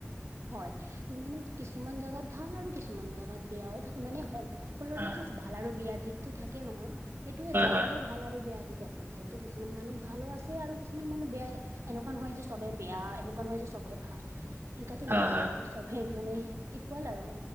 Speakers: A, on the right; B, on the right.
A: হয় মানে, কিছুমান জোগাত ভাল আৰু কিছুমান জেগাত বেয়াও থাকে। মানে সকলোৰেতো
B: হয়
A: ভাব ভাল আৰু বেয়া দিশতো থাকে নহয়। সেইটোৱে জাগাৰো
B: হয় হয়
A: ভাল আৰু বেয়া দিক আছে যিহেতু কিছুমান মানুহ ভালো আছে আৰু কিছুমান মানুহ বেয়া, এনেকুৱা নহয় যে চবেই বেয়া এনেকুৱা নহয় যে চবেই ভাল। এইটো
B: হয়
A: নহ'ব
B: হয়
A: ন' চবেই মানে ইকুৱেল আৰু।